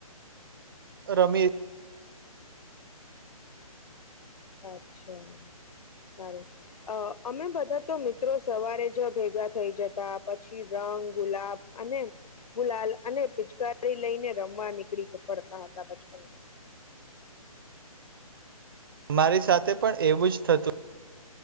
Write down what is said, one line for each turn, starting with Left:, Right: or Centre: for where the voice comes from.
Right: રમી
Left: અચ્છા સારું અ અમે બધા તો મિત્રો સવારે જ ભેગા થઈ જતા પછી રંગ ગુલાબ અને ગુલાલ અને પિચકારી લઈને રમવા નીકળી પડતા હતા બચપનમાં
Right: અરી સાથે પણ એવું જ થતું.